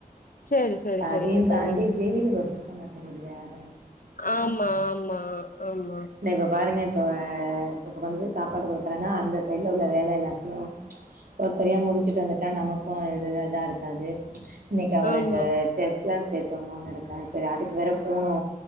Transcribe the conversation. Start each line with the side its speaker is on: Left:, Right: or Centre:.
Left: சேரி சேரி
Right: அதையு
Left: சேரிங்க
Right: தாண்டி
Left: தோழி
Right: வெயில் ஒத்துக்க மாட்டேங்குது வேற
Left: ஆமா ஆமா ஆமா
Right: இப்போ பாருங்க இப்போ இப்போ கொண்டு போய் சாப்பாடு குடுக்குறேன்னா அந்த சைட்ல உள்ள வேல எல்லாத்தையு ஒருத்தரையா முடிச்சுட்டு வந்துட்டா நமக்கு இது இதா இருக்காது இன்னைக்கு அவர்
Left: ஆமா
Right: ரெண்டு செஸ்லா சேத்துணுனு இருக்கே சரி அதுக்கு வேற போணு